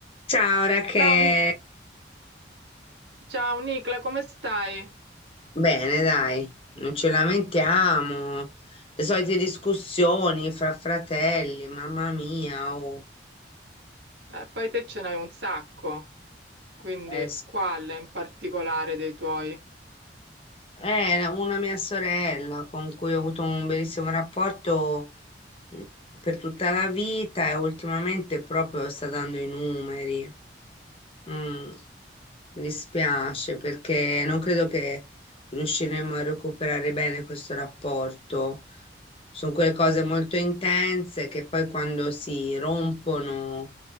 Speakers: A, on the left; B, on the right.
A: Ciao Rachele,
B: Ciao, ciao Nicla, come stai?
A: bene dai, non ci lamentiamo, le solite discussioni fra fratelli, mamma mia, oh,
B: Eh, poi te ce n'hai un sacco, quindi
A: eh, s-
B: quale in particolare dei tuoi?
A: eh, una mia sorella con cui ho avuto un bellissimo rapporto mm, per tutta la vita e ultimamente proprio sta dando i numeri. Mm. Mi dispiace perché non credo che riusciremo a recuperare bene questo rapporto. Sono quelle cose molto intense che poi quando si rompono